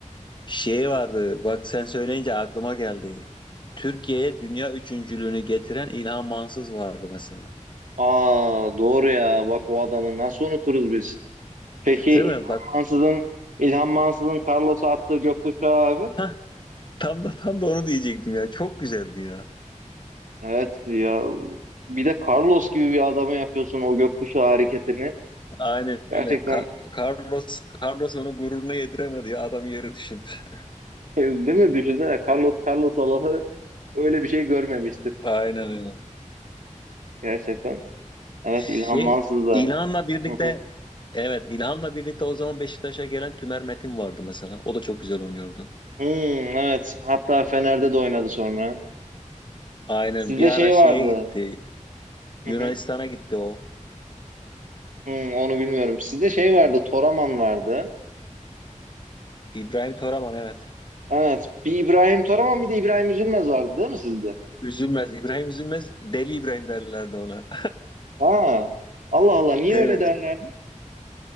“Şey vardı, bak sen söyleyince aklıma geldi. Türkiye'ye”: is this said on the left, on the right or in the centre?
Left